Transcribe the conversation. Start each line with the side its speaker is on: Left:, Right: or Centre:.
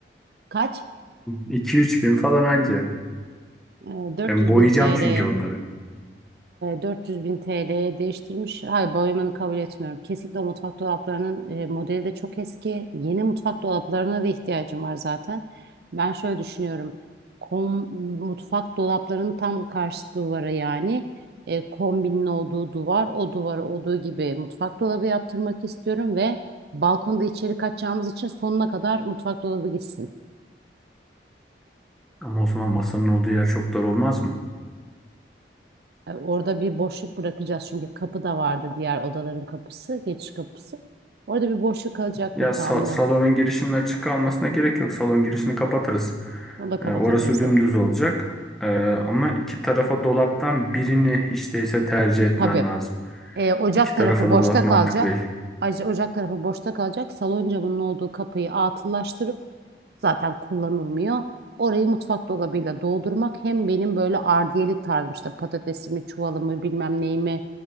Right: Kaç?
Centre: 2-3 bin falan anca.
Right: Ee, 400
Centre: Ben boyayacağım
Right: bin TL
Centre: çünkü
Right: E,
Centre: onları.
Right: 400 bin TL'ye değiştirmiş. Hayır boyamanı kabul etmiyorum. Kesinlikle o mutfak dolaplarının e, modeli de çok eski. Yeni mutfak dolaplarına da ihtiyacım var zaten. Ben şöyle düşünüyorum. Kom, mutfak dolaplarının tam karşı duvara yani e, kombinin olduğu duvar o duvara olduğu gibi mutfak dolabı yaptırmak istiyorum ve balkonda içeri kaçacağımız için sonuna kadar mutfak dolabı gitsin.
Centre: Ama o zaman masanın olduğu yer çok dar olmaz mı?
Right: E, Orada bir boşluk bırakacağız çünkü kapı da vardı diğer odaların kapısı, geçiş kapısı. Orada bir boşluk kalacaktır
Centre: Ya
Right: tahminen.
Centre: sa- salonun girişinin açık kalmasına gerek yok. Salon girişini kapatırız.
Right: Onu da kapatabiliriz
Centre: E, orası dümdüz
Right: evet.
Centre: olacak. E, ama iki tarafa dolaptan birini hiç değilse tercih etmen
Right: Tabii.
Centre: lazım.
Right: E, ocak
Centre: İki
Right: tarafı
Centre: tarafa da
Right: boşta
Centre: dolak mantıklı
Right: kalacak.
Centre: değil.
Right: Ayrıca ocak tarafı boşta kalacak. Salon camının olduğu kapıyı atıllaştırıp zaten kullanılmıyor. Orayı mutfak dolabıyla doldurmak hem benim böyle ardiyelik tarzım işte patatesimi, çuvalımı, bilmem neyimi,